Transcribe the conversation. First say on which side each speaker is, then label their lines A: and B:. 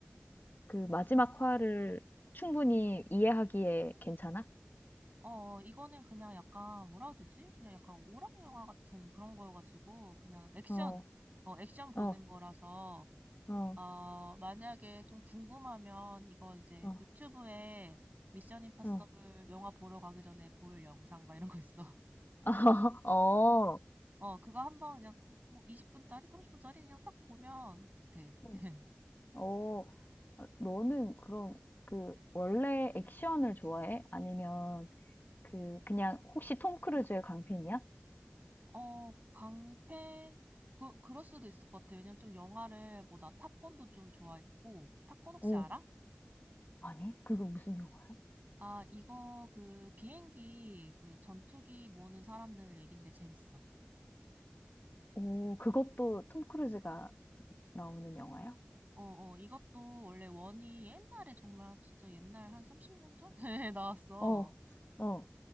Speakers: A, on the left; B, on the right.
A: 그 마지막 화를 충분히 이해하기에 괜찮아?
B: 어, 이거는 그냥 약간 뭐라 해야 되지? 그냥 약간 오락 영화 같은 그런 거여가지고 그냥 액션,
A: 어,
B: 어, 액션 보는
A: 어,
B: 거라서
A: 어,
B: 어, 만약에 좀 궁금하면 이거 이제
A: 어,
B: 유튜브에 미션 임파서블
A: 어.
B: 영화 보러 가기 전에 볼 영상 막 이런 거 있어. <laughs>
A: <laughs> 어,
B: 어, 그거 한번 그냥 뭐 20분짜리, 30분짜리 그냥 싹 보면 돼. <laughs>
A: 응. 어, 아, 너는 그럼 그 원래 액션을 좋아해? 아니면 그 그냥 혹시 톰 크루즈의 광팬이야?
B: 어, 광팬 그 그럴 수도 있을 것 같아. 왜냐면 좀 영화를 뭐 나 탑건도 좀 좋아했고 탑건 혹시
A: 오,
B: 알아?
A: 아니, 그거 무슨 영화야?
B: 아, 이거 그 비행기 그 전투기 모는 사람들 얘긴데 재밌어.
A: 오, 그것도 톰 크루즈가 나오는 영화야?
B: 어, 어, 이것도 원래 원이 옛날에 정말 진짜 옛날 한 30년 전에 <laughs> 나왔어.
A: 어, 어,